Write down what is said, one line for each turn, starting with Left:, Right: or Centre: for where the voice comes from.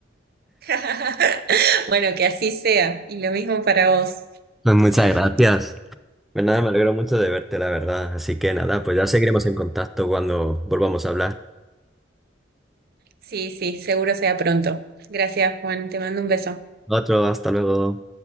Right: <laughs> Bueno, que así sea. Y lo mismo para vos.
Centre: Pues muchas
Right: <laughs>
Centre: gracias. Pues nada, me alegro mucho de verte, la verdad. Así que nada, pues ya seguiremos en contacto cuando volvamos a hablar.
Right: Sí, sí, seguro sea pronto. Gracias, Juan. Te mando un beso.
Centre: Otro, hasta luego.